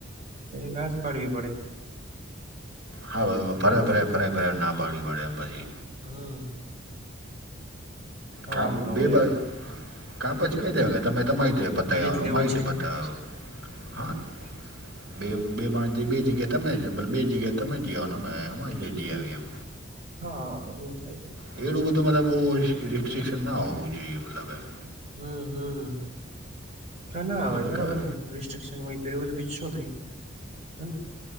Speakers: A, on the right; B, on the right.
A: ના જ પાડવી પડે.
B: હા ફરે
A: હેને
B: ફરે ફરે ફરે ના પાડડીવી પડે એમ પછી.
A: હમ્મ.
B: કા
A: આમ ન હોય
B: બે બાજ
A: એલા
B: કા પછી કઈ દેવા તમે તમારી પતા
A: લડી
B: આવનું
A: જ લેવું
B: મારી
A: છે
B: રીતે
A: એમ
B: પતાયો હા. બે બે માણ બે જગ્યા તમે જ બે જગ્યા તમે જીવા ને અ જી આવી એમ.
A: હા એવું થાય.
B: એડું બધું મતલબ બ રિસ્ટ્રિક્શન ના હોવું જોઈએ મતલબ એમ.
A: હમ્મ હમ્મ કા ના આવેય
B: એ બધું
A: બરાબર
B: કા
A: ને! રિસ્ટ્રિકશન હોય તો એવું બીજું શું થાય હ.